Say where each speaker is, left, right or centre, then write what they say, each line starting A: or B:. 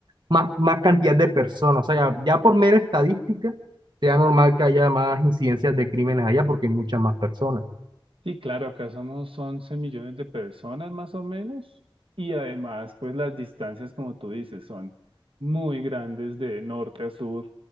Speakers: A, on the right; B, on the right.
A: más, más cantidad de personas. O sea, ya, ya por mera estadística, sea normal que haya más incidencias de crímenes allá porque hay muchas más personas.
B: Sí, claro, acá somos 11 millones de personas más o menos y además pues las distancias como tú dices son muy grandes de norte a sur,